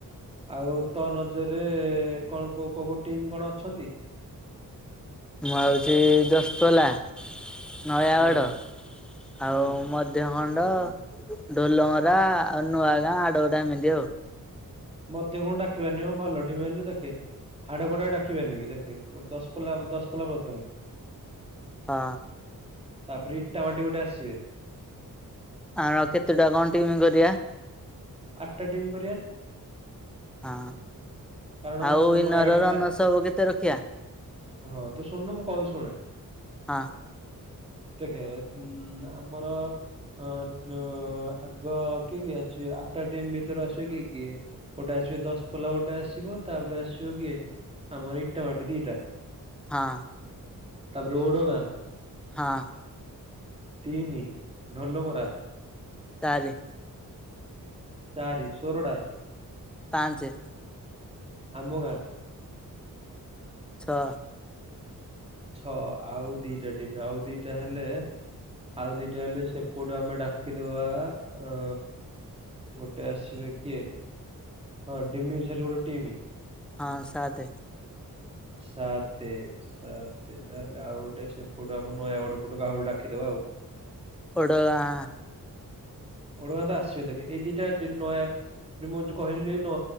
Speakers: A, on the right (about 15°); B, in the centre.
A: ଆଉ ତୋ ନଜରରେ କଣ କୋଉ କୋଉ କୋଉ ଟିମ୍ କଣ ଅଛନ୍ତି?
B: ମୁଁ ହେଉଛି ଦଶପଲା, ନୟାଗଡ଼
A: ହଁ
B: ଆଉ
A: ହୁଁ
B: ମ ଦେହ ଖଣ୍ଡ, ଡୋଲମରା ଆଉ ନୂଆ ଗାଁ ଆଡ଼ ଗୋଟେ ଏମିତି ଆଉ।
A: ମତେ କଣ ଡାକିବାରନିଁ, ଭଲ ଟିମ୍ ହେଲେ ଦେଖେ। ଆଡକଟା ଡ଼ାକିବା ନି ବି ଦେଖେ, ଦଶପଲା ଦଶପଲା ପ୍ରଥମେ।
B: ହଁ।
A: ତାପରେ, ଇଟାଭାଟି ଗୋଟେ ଆସିବେ।
B: ଆଁ, କେତୁଟା କଣ ଟିମ୍ କରିବା?
A: ଆଟା ଟିମ୍ କରିଆ।
B: ହଁ
A: କାରଣ
B: ଆଉ
A: ନ ନୟାଗଡ
B: ଇ ନରର
A: ପିଲା
B: ରନର୍ ସବୁ କେତେ ରଖିଆ?
A: ହଁ, ତୁ ଶୁଣୁନୁ, ମୁଁ କହୁଛି ଶୁଣେ।
B: ହଁ
A: ଦେଖେ, ଉଁ ଆମର ଅ ଅ ଆଗ କିଏ କିଏ ଅଛି? ଆଟା ଟିମ୍ ଭିତରୁ ଆସିବ କିଏ କିଏ? ଗୋଟେ ଆସିବେ, ଦଶ ପୋଲା ଗୋଟେ ଆସ୍ ସିବ ତାପରେ ଆସିବ କିଏ? ଆମ ଇଟାଭାଟି ଦିଇଟା।
B: ହଁ।
A: ତା ପରେ ଓଡଗାଁ।
B: ହଁ।
A: ତିନି ଢୋଲମରା
B: ଚାରି।
A: ଚାରି ଶୋରଡା।
B: ପାଞ୍ଚେ।
A: ଆମ ଗାଁ।
B: ଛଅ।
A: ଛ ଆଉ ଦିଟା ଟିମ ଆଉ ଦିଟା ହେଲେ ଆଉ ଦିଟା ହେଲେ ସେପଟୁ ଆମେ ଡାକିଦବା ଅ ଗୋଟେ ଆସିବେ କିଏ? ହଁ ଡିମିଝରି ଗୋଟେ ଟିମି।
B: ହଁ ସାତେ।
A: ସାତେ ସାତେ ତାହେଲେ ଆଉ ଗୋଟେ ସେପଟୁ ଆମ ନୟାଗଡ ପଟୁ କାହାକୁ ଡାକିଦବା ଆଉ।
B: ଓଡ଼ ଗାଁ
A: ଓଡ଼ଗାଁ ତ ଆସିବେ ଦେଖେ ଏ ଦିଟା ଟିମ ନୟା ଯୋଉ ମୁଁ ଯୋଉ କହିଲି ନ